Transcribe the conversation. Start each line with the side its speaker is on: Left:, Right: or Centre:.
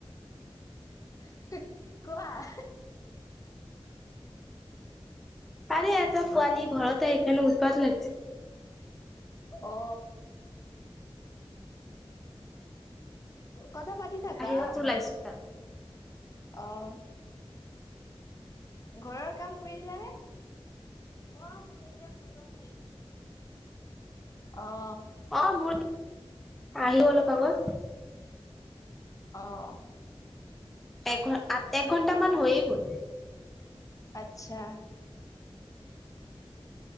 Left: ওহ হে‌ কোৱা এ হে।
Centre: আৰে এটা পোৱালি ঘৰতে আহি কিনে উৎপাত লাগিছে।
Left: অ। কথা পাতি থাকা
Centre: বাহিৰত ওলাইছো তাৰ
Left: অহ। ঘৰৰ কাম কৰিলা নে। অ মোৰ এতিয়া খতমেই। অহ।
Centre: অ মোৰ আহি অলপ আগত
Left: অহ।
Centre: এক এক ঘণ্টা মান হৈয় গ'ল।
Left: আচ্ছা।।